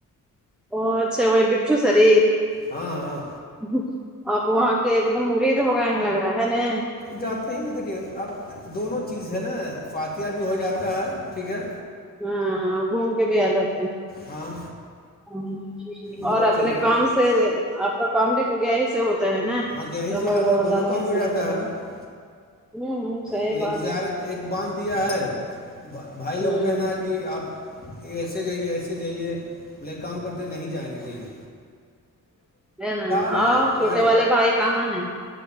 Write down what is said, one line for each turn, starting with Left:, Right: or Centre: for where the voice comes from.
Centre: او اچھا وہ بیٹو سری
Left: ہاں ہاں
Centre: ہمم اب وہاں کے ایک دم مرید ہوگئے لگ رہا ہے نا
Left: جاتے ہی ہیں دیکھیے اب دونوں چیز ہے نا فاتحہ بھی ہو جاتا ہے ٹھیک ہے
Centre: ہاں گھوم کے بھی آجات
Left: ہاں
Centre: ہ <unintelligible>
Left: دونوں
Centre: اور اپنے
Left: چیز ہے نا
Centre: کام سے آپ کا کام بھی کوڈیا ہی سے ہوتا ہے نا
Left: ہاں گیا ہی
Centre: اب
Left: سے ہو
Centre: وہ
Left: جاتا ہے
Centre: اللہ
Left: دونوں
Centre: ولی
Left: کام ہو
Centre: سے
Left: جاتا
Centre: ملاتے
Left: ہے
Centre: ہیں ام ام صحیح
Left: تو ایک
Centre: بات
Left: زیارت
Centre: ہے
Left: ایک باہن دیا ہے بھائی لوگوں
Centre: ہوں
Left: کن اتی آپ ایسے جائیے ایسے جائیے بلے کام کرتے نہیں جائیں دگے
Centre: ہے نا
Left: رہے
Centre: آؤ
Left: ہیں
Centre: چھوٹے
Left: اویس
Centre: والے بھائی کہاں ہیں